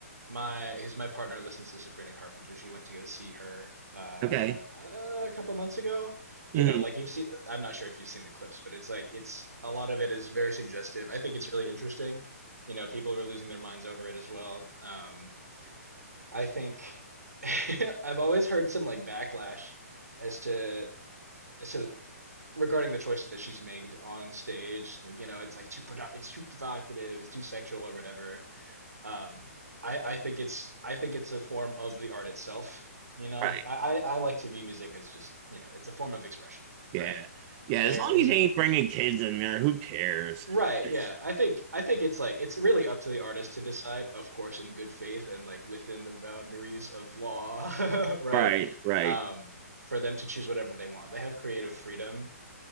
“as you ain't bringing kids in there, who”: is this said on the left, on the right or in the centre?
Right